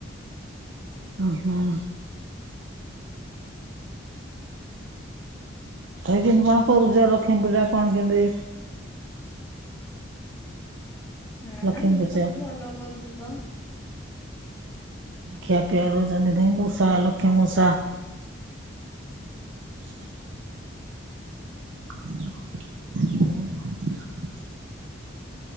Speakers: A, on the right (about 75°); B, on the left (about 15°).
A: ହୁଁ ହୁଁ। ଇମତି କଣ କରୁଛ, ଲକ୍ଷ୍ମୀ ପୂଜା କଣ କେମିତି
B: ହଁ
A: ଲକ୍ଷ୍ମୀ
B: ହେନା
A: ପୂଜା
B: ସବୁ ଭଲ କରୁଛୁ ତ।
A: ଖିଆ ପିଆ ଦେଉଛନ୍ତି, ଧଇଁ ଦୂଷା ଲକ୍ଷ୍ମୀ ମୂଷା। <inaudible> <inaudible>